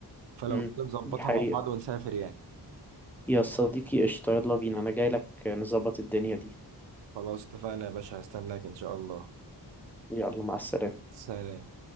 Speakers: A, on the right (about 80°); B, in the centre.
A: فلو
B: امم
A: كده نظبطها
B: دي حقيقه
A: مع بعض ونسافر يعني
B: يا صديقي قشطه يلا بينا انا جاي لك نظبط الدنيا دي
A: خلاص اتفقنا يا باشا هستناك ان شاء الله
B: يلا مع السلامه
A: سلام